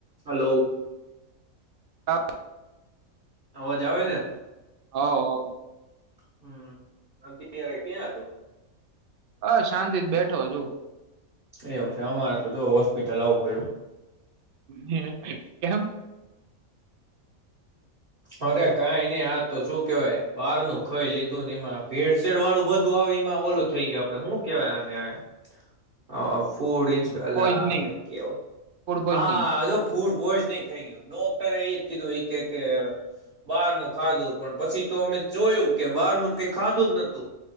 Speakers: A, on the right; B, on the right.
A: હાલો
B: <unintelligible>
A: અવાજ આવે છે?
B: હવ હવ.
A: હમ્મ અત્યારે ક્યાં છો?
B: હ શાંતિ જ બેઠો છું
A: એવું છે, અમારે તો જોવ હોસ્પિટલ આવું પડું
B: <inaudible> કેમ?
A: અરે કાઈની આ તો શું કેવાય બાર નું ખઈ લીધું ને એમાં ભેડસેડ વાળું બધું આવ એમાં ઓલું થઈ ગયું આપડે શું કેવાય આને ફૂડ છ
B: પોઈઝનિંગ
A: લા કંઈક કેવો
B: ફૂડ પોઈઝનિંગ
A: હા આજો ફૂડ પૂજનિંગ થઈ ગ્યું ડોક્ટર એ કોળુ કેક બાર નું ખાધું પણ પછી તો મેં એ જોયું કે બાર નું તો કઈ ખાધું સ નથુ